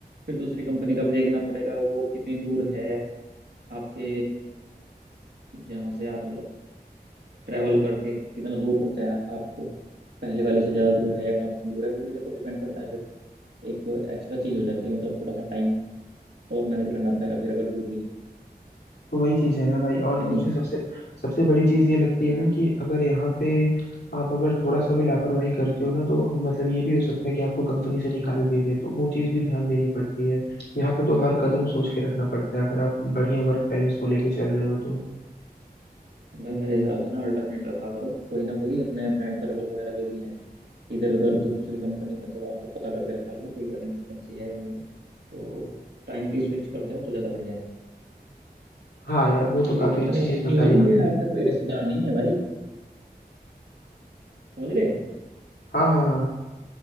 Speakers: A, on the right; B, on the left.
A: फिर दूसरी कंपनी का भी देखना पड़ेगा वो कितनी दूर है आपके जहाँ से आप मतलब ट्रैवल करके कितना दूर पड़ता है आपको पहले वाले से ज़्यादा दूर है या कम दूर है वो भी देखो डिपेंड करता है एक एक्स्ट्रा चीज हो जाती है मतलब थोड़ा सा टाइम और मैनेज करना पड़ेगा फिर अगर दूर हुई तो
B: तो वही चीज है ना भाई और
A: या
B: मुझे
A: नहीं
B: सबसे सबसे बड़ी चीज ये लगती है ना कि अगर यहाँ पे आप अगर थोड़ा सा भी लापरवाही करते हो ना तो मतलब ये भी हो सकता है कि आपको कंपनी से निकाल भी दे तो वो चीज भी ध्यान देनी पड़ती है यहाँ पे तो हर कदम सोच के रखना पड़ता है अगर आप बढ़िया वर्क बैलेंस को लेके चल रहे हो तो
A: भाई मेरे हिसाब से ना अल्टरनेट रखा करो कोई ना कोई अपने फ्रेंड सर्कल वगैरह जो भी हैं इधर उधर दूसरी कंपनी में थोड़ा उनसे पता करके रखा करो कोई वैकेंसी वैकेंसी है या नहीं है तो टाइमली स्विच कर जाओ तो ज़्यादा बढ़िया है
B: हाँ यार वो
A: क्योंकि
B: तो काफी
A: कंपनी
B: अच्छी
A: कंपनी
B: चीज बताई
A: वाले
B: आपने
A: ये आपके कोई रिश्तेदार नहीं है भाई समझ रहे
B: हाँ हाँ हाँ